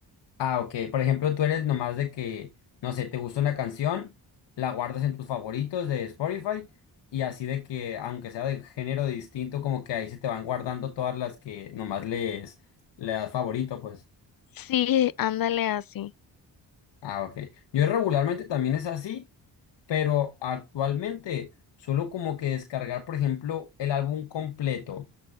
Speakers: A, on the left (about 70°); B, on the left (about 50°).
A: Ah, ok. Por ejemplo, tú eres nomás de que, no sé, te gusta una canción, la guardas en tus favoritos de Spotify y así de que, aunque sea de género distinto, como que ahí se te van guardando todas las que nomás les, le das favorito, pues.
B: Sí, ándale así.
A: Ah, ok. Yo regularmente también es así, pero actualmente suelo como que descargar, por ejemplo, el álbum completo.